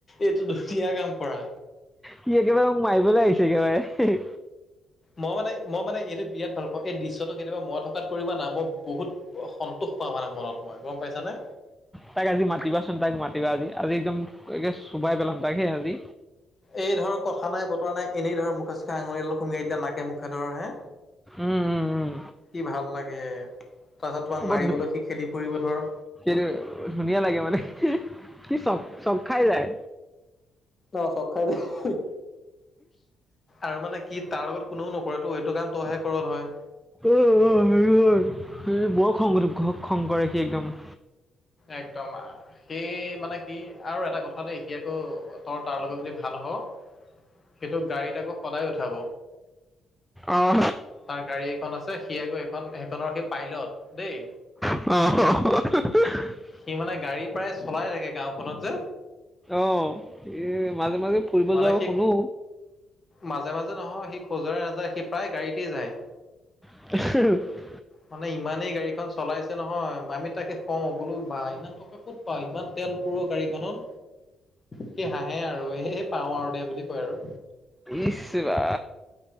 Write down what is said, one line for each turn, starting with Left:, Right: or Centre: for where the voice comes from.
Left: এইটো ধুনীয়া কাম কৰা।
Centre: সি একেবাৰে মোক মাৰিবলৈ আহিছে একেবাৰে।
Left: মই মানে মই মানে এইটো বিৰাট ভাল পাওঁ এই দৃশ্যটো কেতিয়াবা মই থকাত কৰিবা না ম- বহুত সন্তোষ পাওঁ মানে মনত মই গম পাইছানে।
Centre: তাইক আজি মাতিবাচোন তাইক মাতিবা আজি আজি একদম একে চোবাই পেলাম তাইক সে আজি।
Left: এই ধৰক কথা নাই বতৰা নাই এনেই ধৰ মুখে চুখে আঙুলি অলপ সুমিয়াই দিলে নাকে মুখে ধৰ হে।
Centre: উম উম উম
Left: কি ভাল লাগে তাৰপিছত তোমাক
Centre: বৰ
Left: মাৰিবলৈ
Centre: ধু
Left: সি খেদি ফুৰিব ধৰ।
Centre: সেইটো ধুনীয়া লাগে মানে সি চ চখ খাই যায়।
Left: অঁ চখ খাই য়াই, আৰু মানে, কি তাৰ লগত কোনেও নকৰেতো এইটো কাম তইহে কৰ ত হয়
Centre: অ আৰু বৰ খং দু খং কৰে সি একদম।
Left: একদম আঁ। সেই মানে কি আৰু এটা কথা দেখি আকৌ তই তাৰ লগত যদি ভাল হ‌ও। সেইটো গাড়ীত আকৌ সদায় উঠাব।
Centre: অঁ
Left: তাৰ গাড়ী এখন আছে সি আকৌ সেইখন সেইখনৰ সি পাইলট দেই।
Centre: <unintelligible>
Left: সি মানে গাড়ী প্ৰায় চলাই থাকে গাঁওখনত যে।
Centre: অঁ এই মাজে মাজে- ফুৰিব
Left: মানে
Centre: যোৱা
Left: সি
Centre: শুনো
Left: মাজে মাজে নহয় সি খোজৰে নাযায় সি প্ৰায় গাড়ীতে যায়।
Centre: <unintelligible>
Left: মানে ইমানেই গাড়ীখন চলাইছে নহয় আমি তাকে কওঁ বোলো বা ইমান টকা ক'ত? পাও ইমান তেল পুৰ গাড়ীখনত, সেই হাঁহে আৰু এ হে- পাওঁ আৰু দে বুলি কয় আৰু।
Centre: ইচ ৰা,